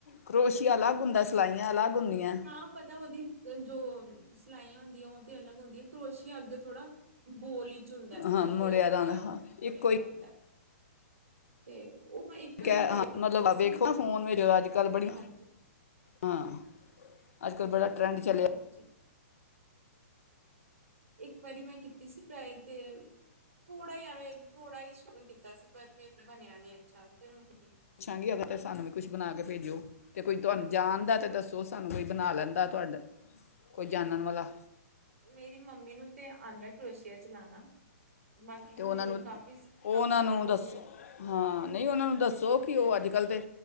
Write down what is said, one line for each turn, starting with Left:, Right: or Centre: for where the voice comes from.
Left: ਕਰੋਸ਼ੀਆ ਅਲੱਗ ਹੁੰਦਾ, ਸਲਾਈਆਂ ਅਲੱਗ ਹੁੰਦੀਆਂ।
Right: ਹਾਂ ਪਤਾ ਉਹਦੀ ਜੋ ਸਲਾਈਆਂ ਹੁੰਦੀਆਂ ਉਹ ਤੇ ਅਲੱਗ ਹੁੰਦੀ ਏ, ਕਰੋਸ਼ੀਆ ਅੱਗੇ ਥੋੜਾ ਗੋਲ ਚੀ ਹੁੰਦਾ, ਥੋੜਾ
Left: ਹਾਂ ਮੁੜਿਆ
Right: ਕਰਵ ਹੁੰਦਾ
Left: ਦਾ ਆਉਂਦਾ ਹਾਂ
Right: ਬਣਿਆ
Left: ਇੱਕੋ
Right: ਦਾ
Left: ਹੀ
Right: ਹੁੰਦਾ। ਤੇ ਉਹ ਮੈਂ ਇੱਕ ਵਾਰੀ
Left: ਕਹਿ
Right: ਟਰਾਈ
Left: ਅ
Right: ਕੀਤਾ
Left: ਮਤਲਬ
Right: ਸੀ
Left: ਵੇਖੋ ਫੋਨ ਮੇਰੇ ਵਾਰੀ, ਅੱਜ- ਕੱਲ੍ਹ ਬੜੀਆਂ
Right: ਹਾਂਜੀ
Left: ਹਾਂ, ਅੱਜ- ਕੱਲ੍ਹ ਬੜਾ ਟਰੈਂਡ ਚੱਲਿਆ।
Right: <inaudible> ਇੱਕ ਵਾਰੀ ਮੈਂ ਕੀਤੀ ਸੀ ਟਰਾਏ ਤੇ ਥੋੜ੍ਹਾ ਹੀ ਐਵੇਂ ਥੋੜ੍ਹਾ ਹੀ ਸ਼ੁਰੂ ਕੀਤਾ ਸੀ, ਪਰ ਫਿਰ ਬਣਿਆ ਨੀ ਅੱਛਾ ਫੇਰ ਮੈਂ
Left: ਪੁੱਛਾਂਗੀ, ਅਗਰ ਤੇ ਸਾਨੂੰ ਵੀ ਕੁੱਛ ਬਣਾ ਕੇ ਭੇਜੋ। ਤੇ ਕੋਈ ਤੁਹਾਨੂੰ ਜਾਣਦਾ ਤਾਂ ਦੱਸੋ, ਸਾਨੂੰ ਕੋਈ ਬਣਾ ਲੈਂਦਾ, ਤੁਹਾਡਾ ਕੋਈ ਜਾਣਨ ਵਾਲਾ।
Right: ਮੇਰੀ ਮੰਮੀ ਨੂੰ ਤੇ ਆਂਦਾ ਕਰੋਸ਼ੀਆ ਚਲਾਣਾ। ਬਾਕੀ
Left: ਤੇ
Right: ਹੁਣ
Left: ਉਹਨਾਂ ਨੂੰ
Right: ਕਾਫ਼ੀ-ਕਾਫੀ
Left: ਉਹਨਾਂ
Right: ਸਾਲ
Left: ਨੂੰ
Right: ਹੋਗੇ।
Left: ਦੱਸੋ ਹਾਂ, ਨਹੀਂ ਉਹਨਾਂ ਨੂੰ ਦੱਸੋ, ਕਿ ਉਹ ਅੱਜ- ਕੱਲ੍ਹ ਦੇ